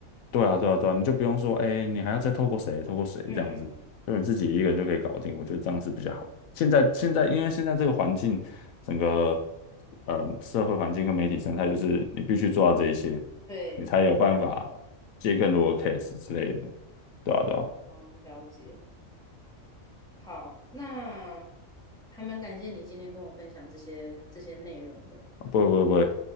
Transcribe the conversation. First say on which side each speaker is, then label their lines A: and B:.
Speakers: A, on the left; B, in the centre.
A: 对啊，对啊，对啊，你就不用说，哎，你还要再透过谁，透过谁这样子，
B: 嗯，
A: 就你自己一个人就可以搞定。我觉得这样是比较好。现在现在，
B: 原来
A: 因为现在这个环境，整个呃社会环境跟媒体生态，就是你必须做到这一些，
B: 对，
A: 你才有办法接更多的 case 之类的。对啊，对啊，
B: 哦，了解。好，那还蛮感谢你今天跟我分享这些这些内容的。
A: 啊不会不会不会，